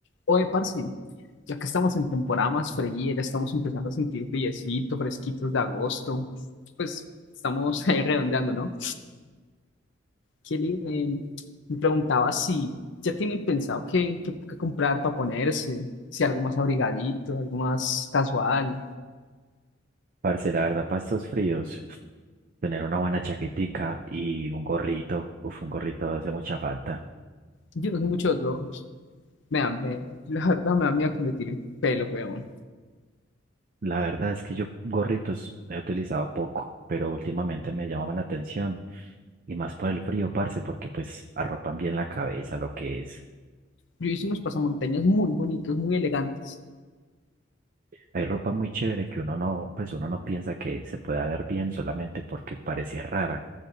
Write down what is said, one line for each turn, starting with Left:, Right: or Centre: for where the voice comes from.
Left: Oye, parce, ya que estamos en temporada más fría, ya estamos empezando a sentir friecito, fresquitos de agosto, pues estamos <laughs> ahí redondeando, ¿no? Kelly, eh, me preguntaba si ya tienen pensado qué, qué- qué comprar para ponerse, si algo más abrigadito, algo más casual.
Right: Parce, la verdad, para estos fríos, tener una buena chaquetica y un gorrito, uf, un gorrito hace mucha falta.
Left: Yo no sé mucho de gorros. Me da- me- <laughs> la verdad me da miedo que me tire el pelo, weón.
Right: La verdad es que yo gorritos he utilizado poco, pero últimamente me llamaban la atención y más por el frío, parce, porque pues arropan bien la cabeza, lo que es.
Left: Yo hice unos pasamontañas muy bonitos, muy elegantes.
Right: Hay ropa muy chévere que uno no, pues uno no piensa que se pueda ver bien solamente porque parece rara.